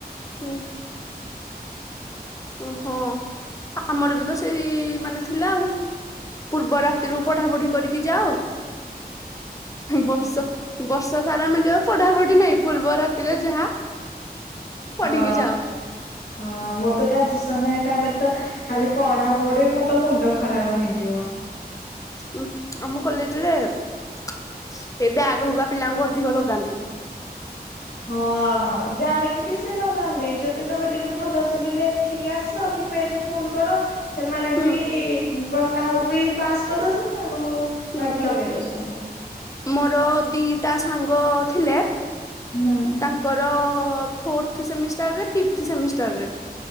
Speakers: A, on the left; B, on the left.
A: ହୁଁ। ଓହୋ ଆମର ବି ତ ସେଇ ମାନେ ଥିଲା ଆଉ। ପୂର୍ବ
B: ହଁ
A: ରାତିରୁ ପଢା ପଢି କରିକି ଯାଅ?
B: ହୁଁ
A: ବର୍ଷ ବର୍ଷ ସାର। ମିଳିବ ପଢାପଢି ନାହିଁ ପୂର୍ବ ରାତିରେ ଯାହା। ପଢିକି
B: ହଁ
A: ଯାଅ।
B: ହଁ ମଁ ତ କାଜି ସମୟ ଟାଇମରେ ତ ଖାଲି ପଢା ପଢି ମୋର ତ ମୁଣ୍ଡ ଖରାପ ହେଇଯିବ।
A: ଉ ଆମ କଲେଜରେ ଏଇ ବ୍ୟାଗ ହବା ପିଲାଙ୍କୁ ଅଧିକ ଲଗାନ୍ତି।
B: ହଁ ଜାଣିକି ବି ସେ ଲଗାନ୍ତି ଯଦି ତମେ ଟିକେ ଭଲସେ ବି ଲେଖିକି ଆସ କି ପେଜ ଫୁଲ କର,। ସେମାନେ
A: ହୁଁ
B: ବି କାହାକୁ ବି ପାସ୍ କରି ଦଉଛନ୍ତି କାହାକୁ
A: ହୁଁ
B: ଭାଗ ଲଗେଇ ଦଉଛନ୍ତି।
A: ମୋର ଦିଟା ସାଙ୍ଗ ଥିଲେ?
B: ହୁଁ
A: ତାଙ୍କର ଫୋର୍ଥ ସେମିଷ୍ଟାରରେ ଫିପଥ୍ ସେମିଷ୍ଟାର ରେ।